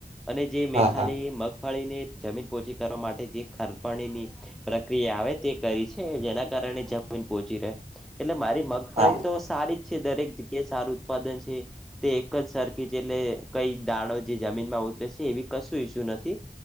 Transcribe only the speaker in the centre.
અને જે મેં
ખાલી
મગફળીની જમીન પોચી કરવા. માટે જે ખરપણીની પ્રક્રિયા આવે તે કરી છે, જેના કારણે જમીન પોચી રહે એટલે મારી મગ ફળી
તો સારી જ છે, દરેક જગ્યાએ સારું ઉત્પાદન છે. તે એક જ સરર્ખિ એટલે કઈ દાણો જે જમીનમાં ઉતરે છે, એવી કશું ઈછ્યુ નથી.